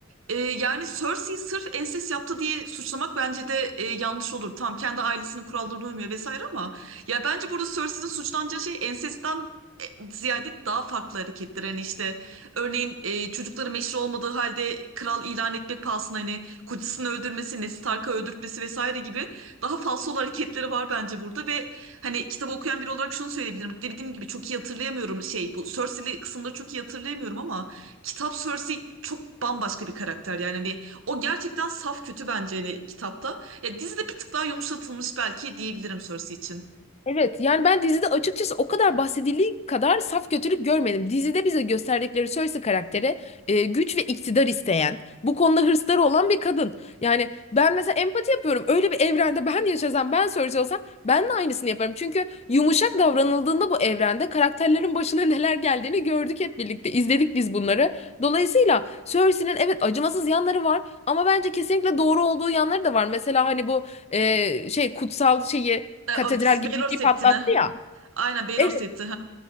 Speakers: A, on the right (about 75°); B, on the left (about 30°).
A: e, yani Cersei'yi sırf ensest yaptı diye suçlamak bence de e, yanlış olur. Tamam kendi ailesinin kurallarına uymuyor vesaire ama ya bence burada Cersei'nin suçlanacağı şey ensestten e, ziyade daha farklı hareketler. Hani işte örneğin e, çocukları meşru olmadığı halde kral ilan etmek pahasına hani kocasını öldürmesi, Ned Stark'ı öldürtmesi vesaire gibi daha falsol hareketleri var bence burada ve hani kitabı okuyan biri olarak şunu söyleyebilirim. Dediğim gibi çok iyi hatırlayamıyorum şey bu Cersei'li kısımları çok iyi hatırlayamıyorum ama kitap Cersei çok bambaşka bir karakter yani hani o gerçekten saf kötü bence hani kitapta. Ya dizide bir tık daha yumuşatılmış belki diyebilirim Cersei için.
B: Evet yani ben dizide açıkçası o kadar bahsedildiği kadar saf kötülük görmedim. Dizide bize gösterdikleri Cersei karakteri e, güç ve iktidar isteyen, bu konuda hırsları olan bir kadın. Yani ben mesela empati yapıyorum. Öyle bir evrende ben yaşasam, ben Cersei olsam ben de aynısını yaparım. Çünkü yumuşak davranıldığında bu evrende karakterlerin başına <laughs> neler geldiğini gördük hep birlikte. izledik biz bunları. Dolayısıyla Cersei'nin evet acımasız yanları var ama bence kesinlikle doğru olduğu yanları da var. Mesela hani bu e, şey kutsal şeyi Katedral
A: E, o-
B: gibi
A: Baelor
B: bir
A: Septini.
B: şey patlattı ya.
A: Aynen Baelor
B: Evet,
A: Septi. <laughs>